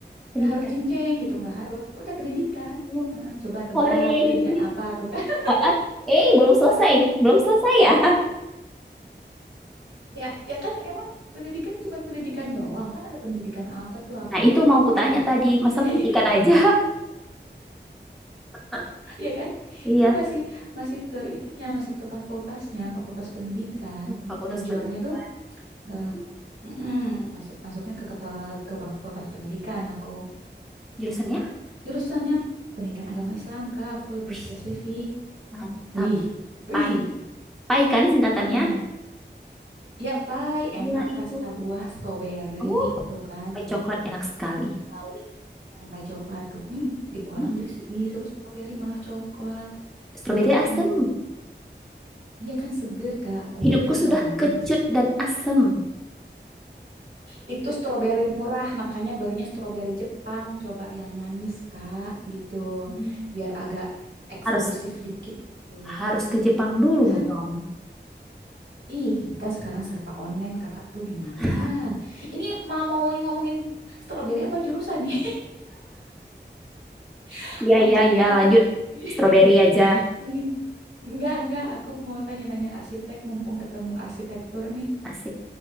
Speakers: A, in the centre; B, on the right.
A: Pendidikan.
B: Nggak harus jeng-jeng gitu, nggak harus. Udah pendidikan.
A: Oh,
B: Heeh, coba tebak
A: Hore.
B: pendidikan apa tuh kan? <laughs>
A: Ah, ah. Eh, belum selesai. Belum selesai ya?
B: Ya, ya kan emang pendidikan cuman pendidikan doang kan ada pendidikan apa tuh apa
A: Nah, itu
B: tuh
A: mau kutanya
B: gitu.
A: tadi. Masa
B: Jadi
A: pendidikan
B: <laughs>
A: aja? <laughs>
B: Iya kan?
A: Iya.
B: Itu masih masih ke ininya, masih ke fakultasnya, fakultas pendidikan.
A: Fakultas
B: Majornya
A: Pendidikan.
B: tuh eh,
A: Mhm.
B: mm-mm, masuk masuknya ke, ke ke fakultas pendidikan aku.
A: Jurusannya?
B: Jurusannya pendidikan agama Islam, Kak. Aku lebih
A: Wih,
B: spesifik.
A: mantap.
B: Wih. Wih.
A: Pai. Pai
B: Mantap
A: kan singkatannya?
B: apanya? Ya, pai, enak
A: Iya, itu.
B: rasa buah strawberry
A: Oh,
B: tuh kan,
A: pai
B: tuh.
A: coklat enak sekali.
B: Asli Bali. Hmm, pai coklat tuh. Nih, di
A: Hmm.
B: orang dis- disuruh strawberry malah coklat
A: Stroberi asem.
B: gitu. Iya kan seger Kak, kue
A: Hidupku
B: kan
A: sudah
B: udah manis.
A: kecut dan asem.
B: Itu stroberi murah, makanya belinya stroberi Jepang. Coba yang manis, Kak, gitu.
A: Hmm.
B: Biar agak eksklusif
A: Harus
B: dikit gitu.
A: harus ke Jepang dulu
B: Nah,
A: dong.
B: ih, kan sekarang serba online, Kakak tuh gimana
A: <laughs>
B: ya? Ini mau mau ngomongin stroberi apa jurusan nih? <laughs>
A: Iya,
B: Kocak
A: iya, iya.
B: parah.
A: Lanjut.
B: <laughs>
A: Stroberi aja.
B: Ih, Enggak, enggak, aku mau tanya-nanya arsitek mumpung ketemu arsitektur nih.
A: Asik.